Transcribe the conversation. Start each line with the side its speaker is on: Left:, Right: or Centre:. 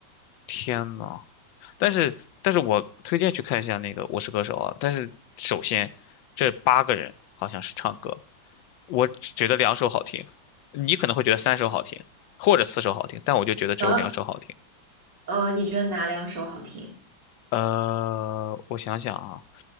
Left: 天呐，但是但是我推荐去看一下那个《我是歌手》啊，但是首先这八个人好像是唱歌，我只觉得两首好听，你可能会觉得三首好听或者四首好听，但我就觉得只有两首好听。
Right: 嗯，呃，你觉得哪两首好听？
Left: 呃，我想想啊，